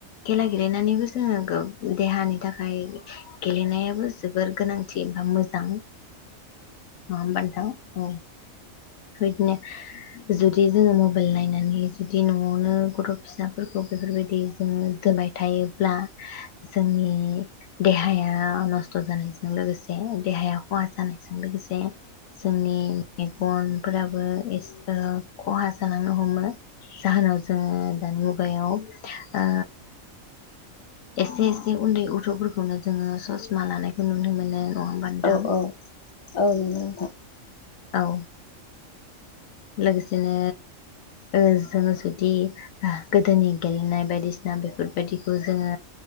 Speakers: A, on the left (about 75°); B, on the left (about 30°).
A: केला गेलेनानैबो जोङो देहानि थाखाय, गेलेनायाबो जोबोर गोनां। <unintelligible> मोजां हाबान थां औ हैनो जुदि जोङो मबाइल नायनानै जु बिदि न'आवनो गथ' फिसाफोरखौ बेफोरबायदि जोङो। दोनबाय थायोब्ला जोंनि। बेहाया नस खस्थ जानायजों लोगोसे। देहाया खहा जानायजों लोगोसे। जोंनि मेगन फोराबो एसे खहा जालांनो हमो। जाहोनाव जोङो दानि मुग खुगायाव आ एसे एसे उन्दै गथ'फोरखौनो जोङो ससमा लानायखौ नुनो मोनो। नङा होमबा नोंथां
B: औ औ औ नंगौ नोंथां।
A: औ लोगोसेनो ओ जोङो जुदि गोदोनि गेलेनाय बायदिसिना बेफोरबायदि। जोङो